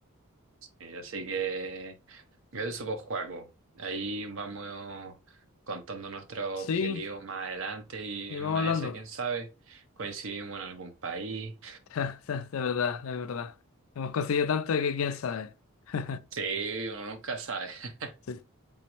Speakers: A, on the right; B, on the left.
A: Eh, Así que eso pues, Joaco. Ahí vamos contando nuestros
B: Sí,
A: objetivos más adelante y
B: y
A: en
B: vamos
A: una
B: hablando.
A: de esas, quién sabe, coincidimos en algún país.
B: <laughs> De verdad, de verdad. Hemos conseguido tanto que quién sabe. <laughs>
A: Sí, uno nunca sabe. <laughs>
B: Sí.